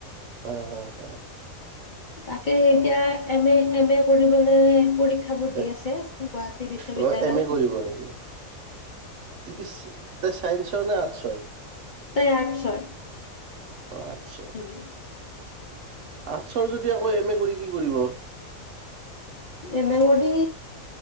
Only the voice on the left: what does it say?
তাকেই এতিয়া
এম এ, এম এ কৰিবলৈ পৰীক্ষা বোৰ
দি আছে, গুৱাহাটী বিশ্ববিদ্যয়ালয়।
তাই আৰ্টছত।
হম্।
এমে কৰি